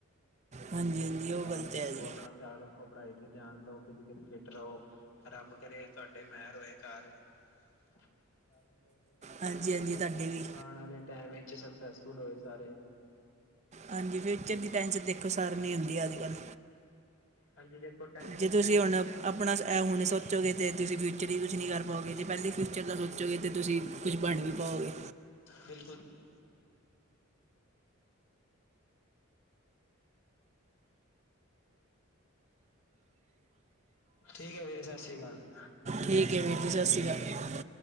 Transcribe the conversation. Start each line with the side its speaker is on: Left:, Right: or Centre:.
Right: ਹਾਂਜੀ ਹਾਂਜੀ
Left: ਖਿਆਲ
Right: ਉਹ ਗੱਲ
Left: ਰੱਖੋ
Right: ਤੇ ਹੈ ਜੀ
Left: ਆਪਣਾ ਖਿਆਲ ਰੱਖੋ, ਪੜ੍ਹਾਈ ਤੇ ਧਿਆਨ ਦੋ ਫਿਜ਼ਕਲੀ ਫਿਟ ਰਹੋ ਰੱਬ ਕਰੇ ਤੁਹਾਡੇ ਮਹਿਰ ਹੋਏ। ਸਾਰਿਆਂ ਤੋਂ ਇਹ ਦੂ ਕਿ
Right: ਹਾਂਜੀ
Left: ਬਸ
Right: ਹਾਂਜੀ ਤੁਹਾਡੇ ਵੀ
Left: ਆਣ ਆਲੇ, ਟੈਮ ਵਿੱਚ ਸਕਸੈਸਫੁੱਲ ਹੋਏ ਸਾਰੇ।
Right: ਹਾਂਜੀ, ਫਿਊਚਰ ਦੀ ਟਾਈਮ ਚ ਦੇਖੋ ਸਾਰਿਆਂ ਨੂੰ ਹੁੰਦੀ ਅੱਜ ਕੱਲ੍ਹ
Left: ਹਾਂਜੀ ਦੇਖੋ ਟੈਂ
Right: ਜੇ ਤੁਸੀਂ ਹੁਣ ਆਪਣਾ ਹੁਣੇ ਸੋਚੋਗੇ, ਤਾਂ ਤੁਸੀਂ ਫਿਊਚਰ ਹੀ ਕੁਛ ਨਹੀਂ ਕਰ ਪਾਓਗੇ, ਜੇ ਪਹਿਲੀ ਫਿਊਚਰ ਦਾ ਸੋਚ ਚੋਗੇ ਅਤੇ ਤੁਸੀਂ ਕੁਛ ਬਣ ਵੀ ਪਾਓਗੇ।
Left: ਬਿਲਕੁਲ ਠੀਕ ਹੈ, ਵੀਰੇ ਸਤਿ ਸ਼੍ਰੀ ਅਕਾਲ।
Right: ਠੀਕ ਹੈ, ਵੀਰ ਜੀ ਸਤਿ ਸ਼੍ਰੀ ਅਕਾਲ।